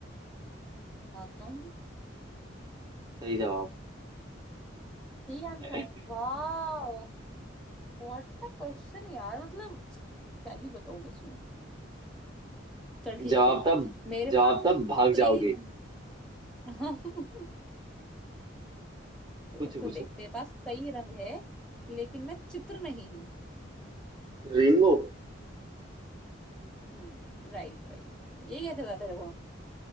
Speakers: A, in the centre; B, on the right.
A: भाग जाऊंगी
B: सही जवाब
A: यही आंसर
B: <laughs>
A: है वाह व्हाट द क्वेश्चन यार मतलब क्या ही बताऊँ बस मैं चल ठीक
B: जवाब
A: है
B: था
A: मेरे
B: जवाब
A: पास
B: था भाग
A: कई
B: जाओगे
A: रंग <laughs> जो
B: पूछो
A: सुन
B: पूछो
A: देख मेरे पास कई रंग है लेकिन मैं चित्र नहीं हूँ
B: रेनबो
A: हम्म Right right ये कैसे बता तेरे को